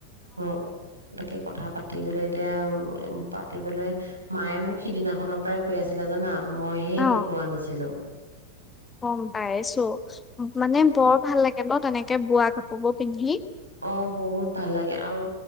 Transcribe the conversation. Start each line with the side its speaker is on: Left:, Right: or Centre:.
Right: অ', তাকে ক কথা পাতিবলৈ এতিয়া উ পাতিবলৈ মায়ে মোক সিদিনাখনৰ পৰাই কৈ আছিলে জানা মইহে
Left: অ',
Right: একো কোৱা নাছিলো
Left: গম পাইছো। মানে বৰ ভাল লাগে ন তেনেকে বোৱা কাপোৰ বোৰ পিন্ধি
Right: অ বহুত ভাল লাগে আৰু